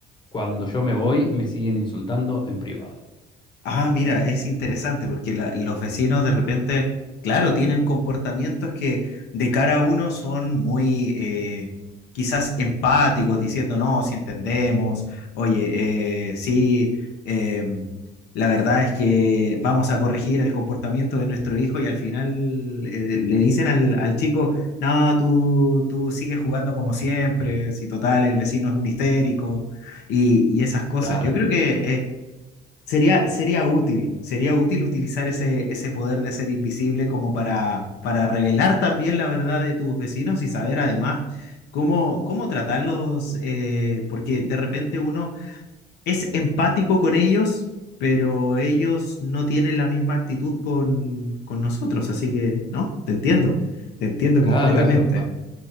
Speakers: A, on the left (about 25°); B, on the left (about 80°).
A: cuando yo me voy, me siguen insultando en privado.
B: Ah, mira, es interesante porque la- los vecinos de repente, claro, tienen comportamientos que de cara a uno son muy eh, quizás empáticos, diciendo, no, si entendemos, oye, eh, sí, eh, la verdad es que vamos a corregir el comportamiento de nuestro hijo y al final eh, le dicen al, al chico, no, tú, tú sigues jugando como siempre, si total, el vecino es un histérico y, y esas cosas.
A: Claro,
B: Yo creo que... eh, Sería, sería útil, sería útil utilizar ese, ese poder de ser invisible como para, para revelar también la verdad de tus vecinos y saber además cómo, cómo tratarlos, eh, porque de repente uno es empático con ellos, pero ellos no tienen la misma actitud con, con nosotros, así que, ¿no? Te entiendo, te entiendo
A: claro,
B: completamente.
A: eso es lo que pasa.